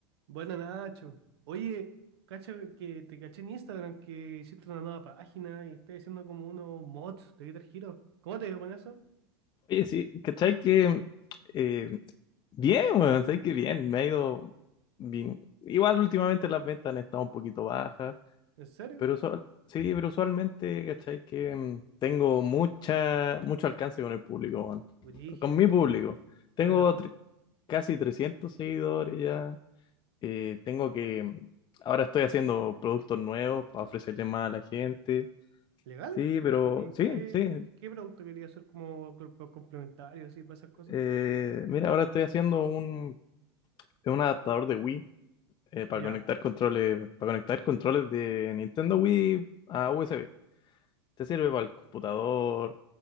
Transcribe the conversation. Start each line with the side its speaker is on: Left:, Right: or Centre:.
Right: Buena Nacho. Oye, cacha que te caché en Instagram que hiciste una nueva página y estás haciendo como unos mods de Guitar Hero. ¿Cómo te dio con eso?
Left: Oye, sí, ¿cachai que eh, bien, weón? ¿Sabes que bien? Me ha ido bien. Igual últimamente las ventas han estado un poquito bajas,
Right: ¿En serio?
Left: pero usual- sí, pero usualmente, ¿cachai que mm, tengo mucha, mucho alcance con el público, weón.
Right: Brígido,
Left: Con mi
Right: ¿y cómo?
Left: público. Tengo
Right: Buena, wea.
Left: tre- casi 300 seguidores ya. Eh, tengo que, mm, ahora estoy haciendo productos nuevos para ofrecerle más a la gente.
Right: ¿Legal?
Left: Sí, pero
Right: ¿Y
Left: sí,
Right: qué,
Left: sí.
Right: qué producto quería hacer como co- co- complementario así para esas cosas?
Left: Eh, mira, ahora estoy haciendo un Es un adaptador de Wii eh, para
Right: Ya,
Left: conectar controles, para conectar controles de Nintendo Wii a USB. Te sirve para el computador,